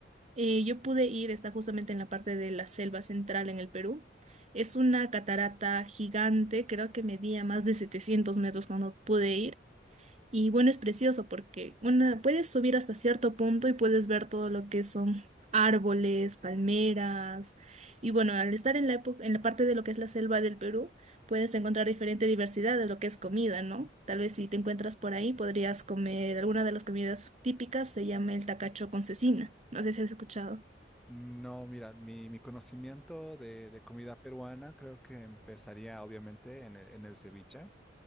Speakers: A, on the right; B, in the centre.
A: Eh, yo pude ir, está justamente en la parte de la selva central en el Perú. Es una catarata gigante, creo que medía más de 700 metros cuando pude ir Y bueno, es precioso porque bueno, puedes subir hasta cierto punto y puedes ver todo lo que son árboles, palmeras. Y bueno, al estar en la época, en la parte de lo que es la selva del Perú, puedes encontrar diferente diversidad de lo que es comida, ¿no? Tal vez si te encuentras por ahí, podrías comer alguna de las comidas típicas, se llama el tacacho con cecina. No sé si has escuchado.
B: No, mira, mi, mi conocimiento de, de comida peruana creo que empezaría obviamente en el, en el ceviche